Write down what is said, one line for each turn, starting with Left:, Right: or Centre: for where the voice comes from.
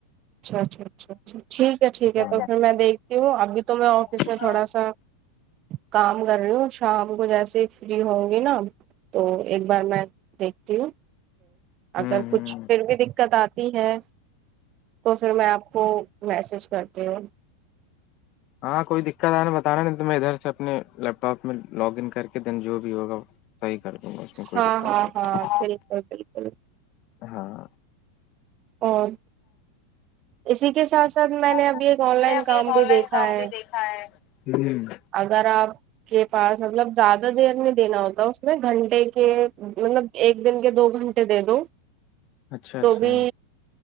Right: اچھا اچھا اچھا اچھا ٹھیک ہے ٹھیک ہے
Left: ہاں
Right: تو پھر میں دیکھتی ہوں ابھی تو میں آفس
Left: ہوں
Right: میں تھوڑا سا کام کر رہی ہوں شام کو جیسے فری ہوں گی نا تو ایک بار میں دیکھتی ہوں
Left: ہوں
Right: اگر کچھ پھر بھی دقت آتی ہے تو پھر میں آپ کو میسج کرتی ہوں
Left: ہاں کوئی دقت آ نا بتانا نہیں تو میں ادھر سے اپنے لیپ ٹاپ میں لاگ ان کر کے دن جو بھی ہوگا صحیح کر دوں گا اس میں کوئی
Right: ہاں
Left: دقت
Right: ہاں
Left: نہیں
Right: ہاں بالکل بالکل
Left: ہاں
Right: اور اسی کے ساتھ ساتھ میں نے ابھی
Left: میں
Right: ایک آن لائن
Left: نے ابھی
Right: کام
Left: ایک
Right: بھی
Left: آن لائن
Right: دیکھا
Left: کام
Right: ہے
Left: بھی ہوں
Right: اگر آپ کے پاس مطلب زیادہ دیر میں دینا ہوتا اس میں گھنٹے کے مطلب ایک دن کے دو گھنٹے دے دو
Left: اچھا اچھا
Right: تو بھی